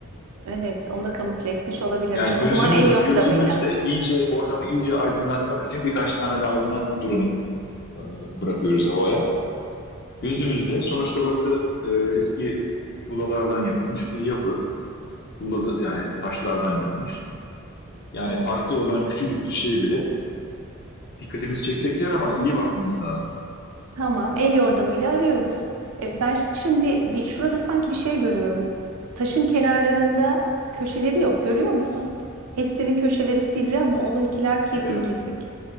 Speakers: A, on the right (about 85°); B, on the left (about 50°).
A: Evet, onu da kamufle etmiş olabilirler.
B: Yani gözümüz
A: O zaman el yordamıyla.
B: gözümüzle iyice ortamı iyice aydınlatmak için birkaç tane de aydınlatma durumu e, bırakıyoruz havaya. Gözümüzle sonuçta burası e, eski tuğlalardan yapılmış bir yapı. tuğla yani taşlardan yapılmış. Yani farklı olan küçücük bir şey bile dikkatimizi çekecek yer ama iyi bakmamız lazım.
A: Tamam, el yordamıyla arıyoruz. E, ben şimdi bir şurada sanki bir şey görüyorum. Taşın kenarlarında köşeleri yok. Görüyor musun? Hepsinin köşeleri sivri ama onunkiler kesik
B: Evet.
A: kesik.